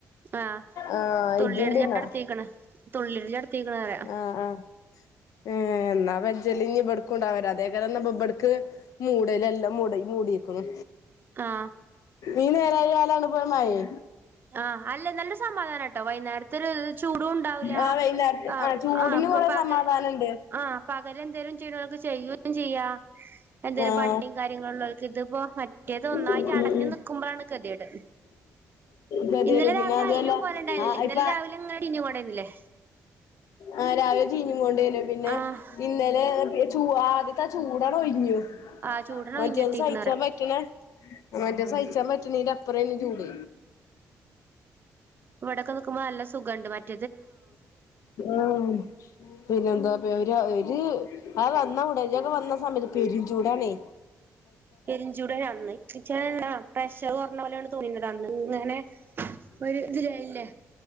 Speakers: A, on the right; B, on the left.
A: ആ
B: ആഹ്
A: തുള്ളിയിടല്
B: ഇതിണ്ട്ന്നാ.
A: <unintelligible>
B: ആ് ആ് ഏ.. ന്നാപ്പാ- ജല്ലിങ്കബെടുക്കുണ്ടാ- അതെക്കാരന്ന ഇബ്ട്ക്ക്- മൂടലല്ലാം മൂഡീക്ക്ണ്.
A: ആ
B: ഈ നേരായലാണ് പോമയെ.
A: ആഹ, അല്ല നല്ല സമാധാനാട്ടോ വൈന്നേരത്- തലേലു ചൂട്ണ്ടാവുല
B: ആ വൈകുന്നേരത്ത്
A: ഹാ
B: ആ ചൂടിന്
A: ആപ്പ
B: കൊറെ
A: പകര
B: സമാധാനണ്ട്
A: ആഹ്- പകലെന്തേലും ചെയ്യണോൽക്ക് ചെയ്യും, ചെയ്യാ.. എന്തേലും
B: ആഹ്
A: പണിം കാര്യങ്ങളുള്ളോ. ഇതിപ്പോ മറ്റേത് ഒന്നായിട്ട്-
B: ഉം
A: അടഞ്ഞു
B: ഉം
A: നിക്കുമ്പഴാണ്- കെതേട്.
B: ഗതികേട്
A: ഇന്നലെ രാവിലെ
B: പിന്നെ അതുവല്ല
A: അയ്നും- കൊലണ്ടായ്ന്നില്ലേ,
B: ആ
A: ഇന്നലെ
B: ഇപ്പ
A: രാവിലെങ്ങനെടിഞ്കൊണ്ടെന്നിലെ.
B: ആ രാവിലെ ചീഞ്കൊണ്ടേന്നു, പിന്നെ
A: ആഹ്
B: ഇന്നലെ ചൂവാ ആദ്യത്തെ ആ ചൂടണൊയ്ഞ്ഞു.
A: ആഹ് ചൂടിന്
B: മറ്റത്
A: ഒഴിഞ്ഞിട്ടീക്കണ്
B: സയിക്കാൻ
A: പറയാ
B: പറ്റൂലേ? മറ്റേ സയിച്ചാൻ പറ്റണന്റെപ്പറേന് ചൂട്.
A: ഇവടക്കെ നിക്മ്പോ നല്ല സുഖണ്ട് മറ്റെ
B: ആഹ് പിന്നെന്താപ്പ ഒര് ആ വന്നഉടഞ്ചെക്കെ വന്ന സമയത്ത് പെരുംചൂടാ ണെ
A: പെരുംഞ്ചൂടാണന്ന് ഇക്ക് ചെലന്നെ പ്രഷറ് കൊറഞ്ഞ പോലെണ് തോന്നിയത് അന്ന്ങ്ങനെ ഒരു ഇതിയായില്ലേ